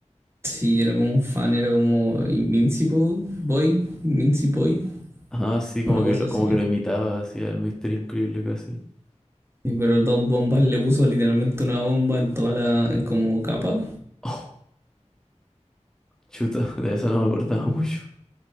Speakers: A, on the right (about 20°); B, in the centre.
A: Sí, era como un fan, era como Invincible Boy, Invincible Boy,
B: Ah, sí, como
A: una cosa
B: que lo,
A: así.
B: como que lo imitaba, hacía el Mister Increíble casi. <laughs>
A: Sí, Pero el Don Bombas le puso literalmente una bomba en toda la como capa
B: Oh, chuta, de eso no me acordaba mucho.